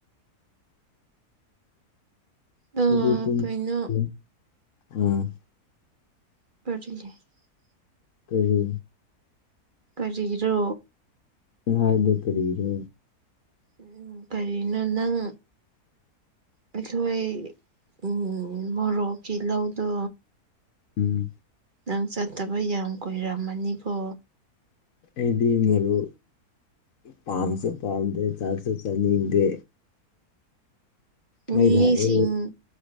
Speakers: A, on the left; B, on the right.
A: <unintelligible>
B: ꯑ ꯀꯩꯅꯣ <unintelligible>
A: ꯀꯔꯤ
B: ꯀꯔꯤꯔꯣ
A: <unintelligible> ꯀꯔꯤꯔꯣ
B: ꯎꯝ ꯀꯔꯤꯅꯣ ꯅꯪ ꯑꯩꯈꯣꯏ ꯎꯝ ꯃꯣꯔꯣꯛꯀꯤ ꯂꯧꯗꯣ
A: ꯎꯝ
B: ꯅꯪ ꯆꯠꯇꯕ ꯌꯥꯝ ꯀꯨꯏꯔꯝꯃꯅꯤꯀꯣ
A: ꯑꯩꯗꯤ ꯃꯔꯨ ꯄꯥꯝꯁꯨ ꯄꯥꯝꯗꯦ ꯆꯥꯁꯨ ꯆꯥꯅꯤꯡꯗꯦ ꯃꯩ
B: ꯃꯤꯁꯤꯡ
A: ꯂꯥꯛꯑꯦ